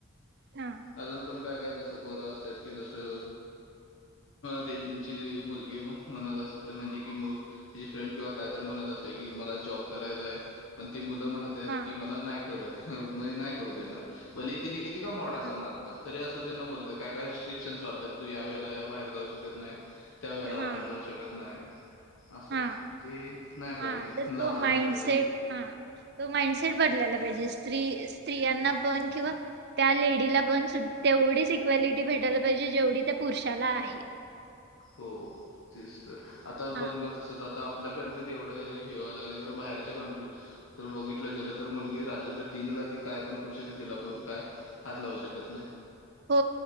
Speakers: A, on the right; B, on the left.
A: हा
B: अजून पण काय काय तसं पोरं असत कि जसं त्यांची मुलगी म्हणत असते म्हणजे की मुलगा तिची फ्रेंड किंवा कायत म्हणत असते कि मला जॉब करायचाय पण ते मुलं म्हणतात
A: हा
B: की मला नाही कर नाही करू देणार भले तिने एकदम ओढ असं
A: हा
B: ना तरी असो त्यांना बोलता काय काय रिस्ट्रिक्शन्स लावत्यात तू या वेळेला बाहेर जाऊ शकत नाही. त्या वेळेला
A: हा
B: बाहेर जाऊ शकत नाही. असं
A: हा
B: ते नाही
A: हा
B: पाहिजे
A: तर
B: लावायला
A: तो माइंडसेट
B: नाही पाहिजे.
A: हा तो माइंडसेट बदलायला पाहिजे स्त्री स्त्रियांना पण किंवा त्या लेडीला पण तेवढीच इक्वेलिटी भेटायला पाहिजे जेवढी त्या पुरुषाला आहे
B: हो तेच तर आता
A: हा
B: बघ ना तसंच आता आपल्या कंट्रीत एवढं हे्यावं लागले कार बाहेरच्या कंट्रीत तर बघितलं गेलं तर मुलगी रात्रीच्या तीनला ती काय पण करू शकते तिला कोण काय हात लावू शकत नाही
A: हो